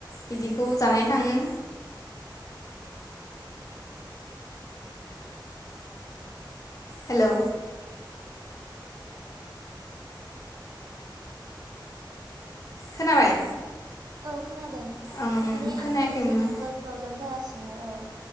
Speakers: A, on the left; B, on the right.
A: बिदिखौबो जानाय थाङो हेलौ खोनाबाय
B: औ खोनादों
A: ओं ओं
B: माने
A: खोनायाखैमोन
B: आंना एसे
A: आं
B: नेटवार्क प्रब्लेम जागासिनो औ